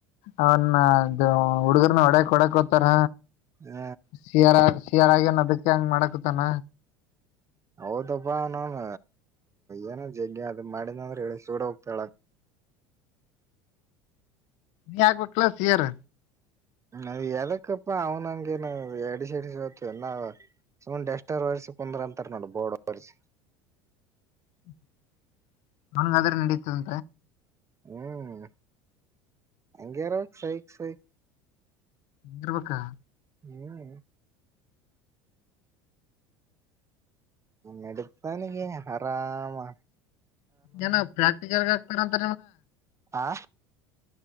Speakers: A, on the left (about 60°); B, on the right (about 20°).
A: ಅವನ್ನ ಹುಡುಗರ್ನ ಒಡಕ್ ಕೊಡಕ್ ಹತಾರ
B: ಹ
A: ಶಿಯಾರ ಶಿಯಾರಾಗೇನ್ ಅದಕ್ಕೆ ಹೆಂಗ್ ಮಾಡಕತಾನ
B: ಹೌದಪ್ಪಾ ನನ್ ಏನ ಜಜ ಅದು ಮಾಡಿದ್ಂದ್ರೆ ಹೇಳಿ ಸೂಡ ಹೋಗ್ತಾಳ
A: ನೀ ಆಗ್ಬೇಕಲ ಸಯರ್
B: ಅದು ಎದಕ್ಕಪ್ಪ ಅವನಂಗನ ಅಡಿಸಿ ಅಡಿ ಸತಲ್ಲ ಸಮ ಸ್ರ ರಲ್ಸ ಪೊಂದ್ರ ಅಂತರ ನೋಟ ಬಡ್ ರಲ್ಸ
A: ಹ್ಮ <unintelligible> ನನಗಾದ್ರೆ ನಡೀತದಂ
B: ಹ್ಮ್ ಅಂಗಗೆರೋ ಸೈಕ್ ಸೈಕ್
A: ನರ್ಬೇಕಕ್ಕ
B: ಹ್ಮ್ ನನ್ನೆಡುತತಾನಗೆ ಆರಾಮಾ
A: ಏನ ಪ್ರಾಕ್ಟಿಕಲ್ ಆಗ್ತಂತ
B: ಆ